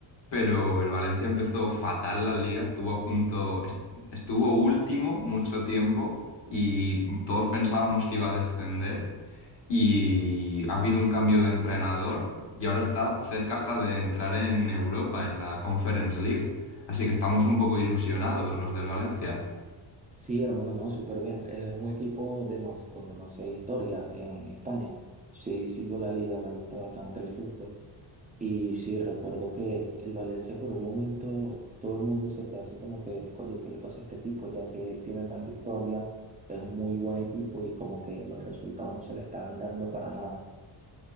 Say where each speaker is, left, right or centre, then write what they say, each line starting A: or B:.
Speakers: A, on the left (about 65°); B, on the right (about 20°).
A: pero el Valencia empezó fatal la liga, estuvo a punto, est- estuvo último mucho tiempo y todos pensábamos que iba a descender. y ha habido un cambio de entrenador y ahora está cerca hasta de entrar en Europa, en la Conference League. Así que estamos un poco ilusionados los del Valencia.
B: Sí, hermano, no, súper bien, es un equipo de más, con demasiada historia en España. Sí, sigo la liga, me gusta bastante el fútbol. Y sí, recuerdo que el Valencia por un momento todo el mundo se quedó así como que, oye, ¿qué le pasa a este equipo? Ya que tiene tanta historia, es un muy buen equipo y como que los resultados no se le estaban dando para nada.